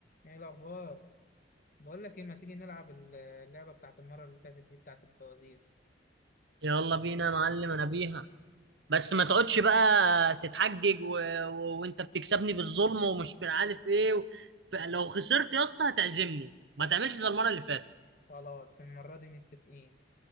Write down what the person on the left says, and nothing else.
ايه الاخبار بقول لك ايه ما تيجي نلعب ال- اللعبه بتاعت المره اللي فاتت دي بتاعت الفوازير
خلاص المره دي متفقين